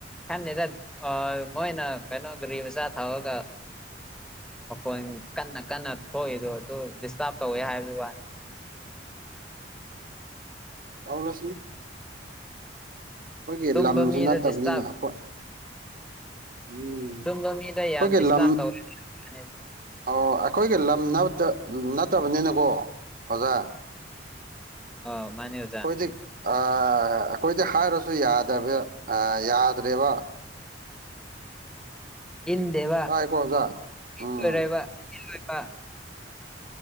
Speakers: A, in the centre; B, on the right (about 50°).
A: ꯈꯟꯗꯦꯗ ꯑ ꯃꯣꯏꯅ ꯀꯩꯅꯣ ꯒꯥꯔꯤ ꯃꯆꯥ ꯊꯧꯔꯒ ꯃꯈꯣꯟ ꯀꯟꯅ ꯀꯟꯅ ꯊꯣꯛꯏꯗꯣ ꯑꯗꯨ ꯗꯤꯁꯇꯥꯔꯕ ꯇꯧꯋꯦ ꯍꯥꯏꯕ ꯋꯥꯅꯤ
B: ꯑꯧꯂꯁꯤꯃꯤ ꯑꯩꯈꯣꯏꯒꯤ
A: ꯇꯨꯝꯕ
B: ꯂꯝꯁꯨ
A: ꯃꯤꯗ
B: ꯅꯠꯇꯕꯅꯤꯅ
A: ꯗꯤꯁꯇꯥꯔꯕ
B: ꯑꯩꯈꯣꯏ ꯎꯝ
A: ꯇꯨꯝꯕ ꯃꯤꯗ ꯌꯥꯝ
B: ꯑꯩꯈꯣꯏꯒꯤ
A: ꯗꯤꯁꯇꯥꯔꯕ
B: ꯂꯝ
A: ꯇꯧꯋꯦ ꯃꯥꯅꯦ
B: ꯑꯣ ꯑꯩꯈꯣꯏꯒꯤ ꯂꯝ ꯅꯠꯇꯕꯅꯤꯅꯀꯣ ꯑꯣꯖꯥ
A: ꯑ ꯃꯥꯅꯦ ꯑ‌ꯣꯖꯥ
B: ꯑꯩꯈꯣꯏꯗꯤ ꯑꯩꯈꯣꯏꯗꯤ ꯍꯥꯏꯔꯁꯨ ꯌꯥꯗꯕ ꯌꯥꯗ꯭ꯔꯦꯕ
A: ꯍꯗꯦ
B: ꯇꯥꯏꯀꯣ ꯑꯣꯖꯥ ꯎꯝ
A: ꯋꯥꯔ ꯋꯥ <unintelligible>